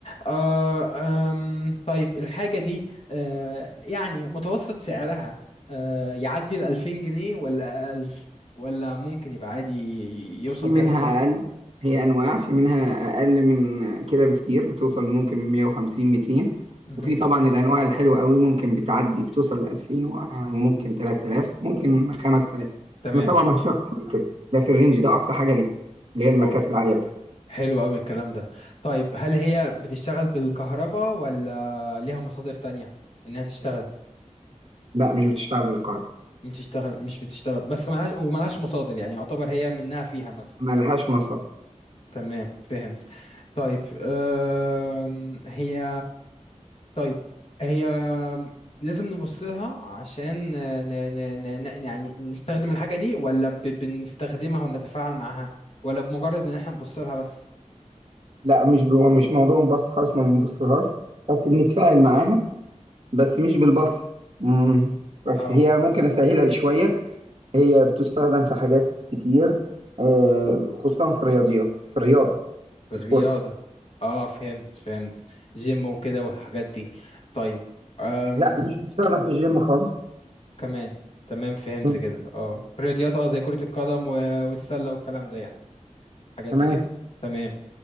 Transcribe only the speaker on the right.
في منها
اقل هي
انواع في منها اقل من كده بكتير بتوصل ممكن 150 200
وفي طبعا الانواع الحلوة قوي ممكن بتعدي بتوصل ل 2000 و- وممكن 3000 ممكن 5000
بس طبعا ما فيش اكتر من كده ده في الرينج ده اقصى حاجة ليه اللي هي الماركات
العالية بتاعتها
لا مش بتشتغل بالكهرباء
مالهاش مصادر
لا مش هو مش موضوع بس خالص ما بنبصلهاش بس بنتفاعل معاها بس مش بالبص مم. بس
هي ممكن اسهلها شويه هي بتستخدم في حاجات كتير آه، خصوصا في الرياضيات في الرياضه
في
سبورتس
لا مش بتستخدم في الجيم خالص
مم.
تمام